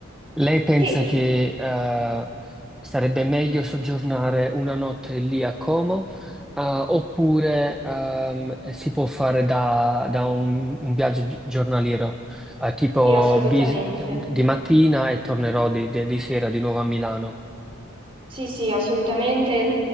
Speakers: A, in the centre; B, on the right (about 25°).
A: Lei pensa
B: Sì,
A: che eh, sarebbe meglio soggiornare una notte lì a Como, eh, oppure ehm, si può fare da, da un, un viaggio gi- giornaliero, Eh, tipo
B: sì, assolutamente.
A: vi- di mattina
B: Mm.
A: e tornerò di, di- di sera di nuovo a Milano.
B: Sì, sì, assolutamente. Il,